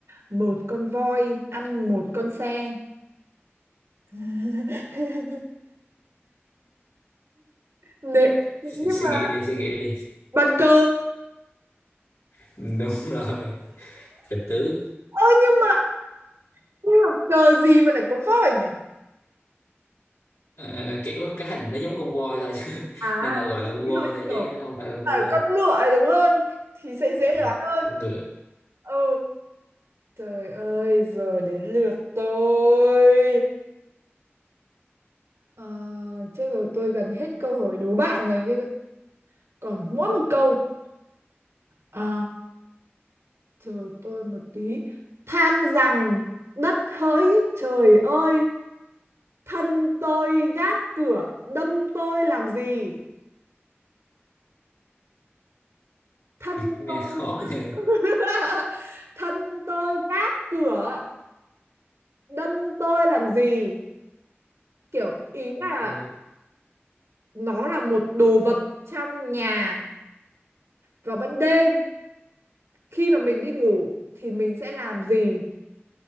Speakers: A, on the right; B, on the left.
A: một con voi ăn một con xe <laughs> Nè, nhưng
B: Suy, suy
A: mà
B: nghĩ đi suy nghĩ đi
A: bàn cờ
B: <laughs> Ừ, đúng rồi trịch tướng
A: ơ nhưng mà nhưng mà cờ gì mà lại có voi nhỉ
B: Ờ, kiểu cái hình nó giống con voi thôi chứ <laughs>
A: à
B: nên là gọi
A: ví
B: là con voi
A: dụ như
B: thôi
A: kiểu
B: chứ nó không phải là con
A: ở
B: voi
A: con ngựa ấy đúng hơn thì sẽ dễ
B: ừ.
A: đoán hơn
B: con ngựa
A: ừ trời ơi giờ đến lượt tôi Ờ, chết rồi tôi gần hết câu hỏi đố bạn rồi chứ. Còn mỗi một câu. À, chờ tôi một tí. Than rằng đất hỡi trời ơi, thân tôi gác cửa đâm tôi làm gì? Thân
B: nghe
A: tôi
B: khó nhỉ
A: <laughs> thân tôi gác cửa đâm tôi làm gì? Kiểu ý là
B: tôi
A: nó là một đồ vật trong nhà vào ban đêm khi mà mình đi ngủ thì mình sẽ làm gì?